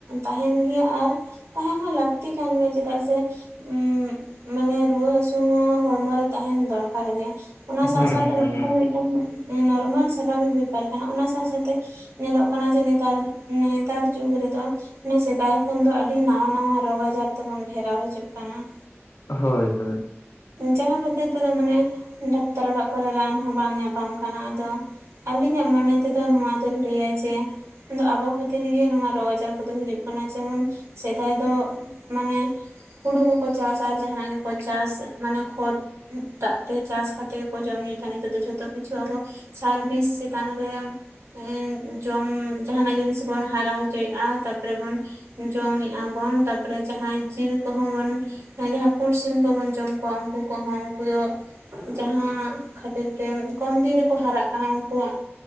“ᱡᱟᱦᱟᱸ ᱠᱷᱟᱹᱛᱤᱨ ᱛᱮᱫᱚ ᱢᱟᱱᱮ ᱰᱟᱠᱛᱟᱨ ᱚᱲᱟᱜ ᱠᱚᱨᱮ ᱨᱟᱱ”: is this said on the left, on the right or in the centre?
Right